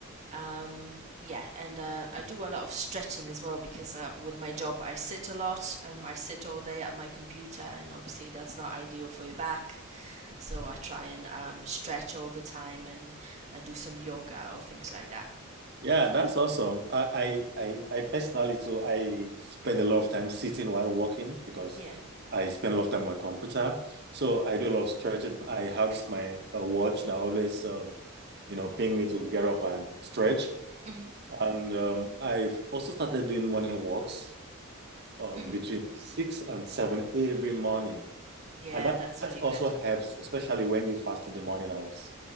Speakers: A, on the right (about 30°); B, on the right (about 50°).
A: um, yeah and uh, i do a lot of stretching as well because uh, with my job i sit a lot um, i sit all day at my computer and obviously that's not ideal for your back so i try and um, stretch all the time and uh, do some yoga or things like that
B: Yeah, that's awesome. I, I, I, I personally too, I spend a lot of time sitting while working because
A: Yeah.
B: I spend a lot of time on my computer. So I do a lot of stretching. I have this my uh, watch that always, um, you know, ping me to get up and stretch.
A: Mhm.
B: And um, I've also started doing morning walks um,
A: Mhm.
B: between six and seven every morning.
A: Yeah,
B: And that,
A: that's
B: that
A: really
B: also
A: good.
B: helps, especially when you fast in the morning hours.